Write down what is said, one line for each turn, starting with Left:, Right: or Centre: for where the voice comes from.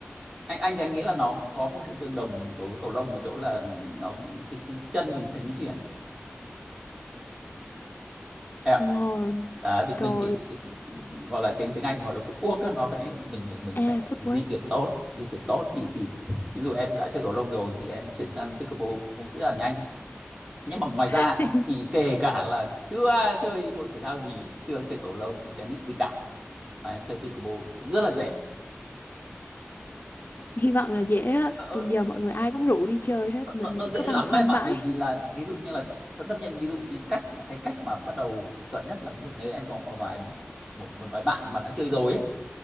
Right: anh anh thì anh nghĩ là nó cũng có một sự tương đồng đối với cầu lông ở chỗ là nó cái cái chân mình cũng phải di chuyển ấy. Em ạ.
Left: Ngồi
Right: Đấy, mình mình
Left: rồi
Right: phải, phải, phải gọi là tiếng tiếng Anh gọi là footwork ấy, nó phải mình mình mình
Left: à
Right: phải
Left: footwork
Right: di chuyển tốt di chuyển tốt thì thì ví dụ em đã chơi cầu lông rồi thì em chuyển sang pickleball cũng sẽ là nhanh nhưng mà ngoài ra
Left: <laughs>
Right: thì kể cả là chưa chơi môn thể thao gì chưa chơi cầu lông tennis gì cả mà em chơi pickleball cũng rất là dễ
Left: hy vọng là dễ á
Right: Ờ, ờ,
Left: Thì giờ mọi người ai cũng rủ đi chơi hết
Right: nó,
Left: mình
Right: nó, nó dễ
Left: cứ băn
Right: lắm
Left: khoăn
Right: em ạ
Left: mãi
Right: bởi vì là ví dụ như là tất tất nhiên ví dụ như cách một cái cách mà bắt đầu chuẩn nhất là ví dụ nếu em có một vài một một vài bạn mà đã chơi rồi ấy,